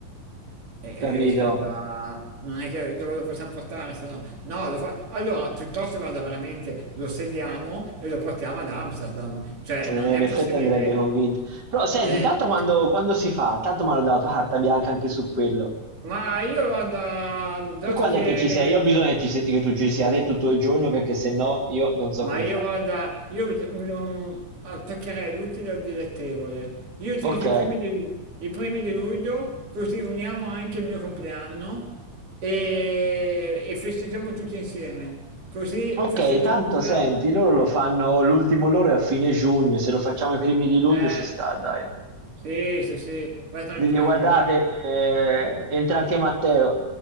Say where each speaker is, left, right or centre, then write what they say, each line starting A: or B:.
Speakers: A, on the right (about 75°); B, on the right (about 30°).
A: E,
B: capito?
A: e, ascolta, non è che dove lo possiamo portare, se no... No, lo fa... Allora, piuttosto vada veramente, lo sediamo e lo portiamo ad Amsterdam. Cioè,
B: Eh,
A: non è
B: in effetti
A: possibile
B: andrebbe
A: che...
B: convinto. Però senti,
A: eh,
B: tanto quando, quando si fa, tanto mi hanno dato carta bianca anche su quello.
A: Ma io vado, dato
B: Te quando
A: che
B: è che ci sei? Io ho bisogno che, ci se- che tu ci sia te tutto il giorno perché se no io non so
A: Ma
B: come
A: io
B: fa.
A: guarda, io un- un- attaccherei l'utile al dilettevole. Io ti
B: Ok,
A: dico i primi di, i primi di luglio, così uniamo anche il mio compleanno e, e festeggiamo tutti insieme. Così
B: ok,
A: festeggio
B: tanto
A: il compleanno.
B: senti, loro lo fanno l'ultimo loro è a fine giugno, se lo facciamo i primi di luglio
A: Eh,
B: ci sta, dai.
A: sì, sì, sì, vai tranquillo.
B: Le dico, guardate, eh, entra anche Matteo.